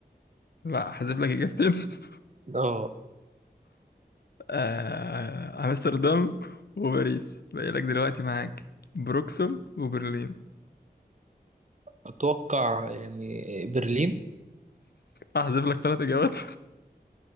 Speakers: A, on the left; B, on the right.
A: لا هحذف لك إجابتين <laughs>
B: اه
A: آه، امستردام وباريس باقي لك دلوقتي معاك بروكسل وبرلين
B: أتوقع يعني برلين
A: احذف لك ثلاث اجابات